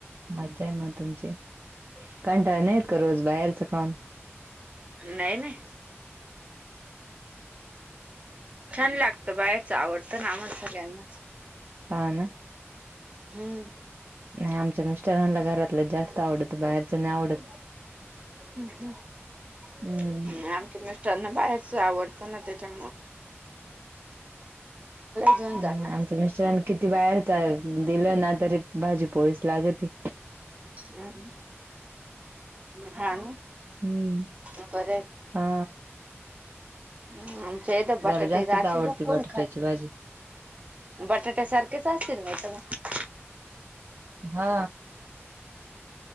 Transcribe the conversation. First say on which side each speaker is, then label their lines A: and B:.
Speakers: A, on the right; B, on the right.
A: मज्जा आहे मग तुमची कंटाळ नाही करूस बाहेरचं खाऊन न
B: नाही नाही छान लागत बायाच आवडतं ना आमला सगळ्यांनाच
A: हा ना
B: हम्म
A: नाही आमच्या मिस्टरांना घरातलं जास्त आवडत बाहेरचं नाही आवडत
B: आणि
A: हम्म
B: आमच्या मिस्टरना बाहेर आवडतं ना त्याच्या घेऊन
A: हम्
B: जाता
A: आमच मिस्टरने किती बाहेरच दिलं ना तरी भाजी पोळीस लाग ती
B: हम् ह
A: हम्म
B: त्यापर
A: हा
B: ह् तर
A: जरा
B: बटाटे
A: जास्तच
B: राश
A: आवडते बटाट्याची
B: कोण खा
A: भाजी
B: बटाट्या सारखेच असतील माहित मग
A: हा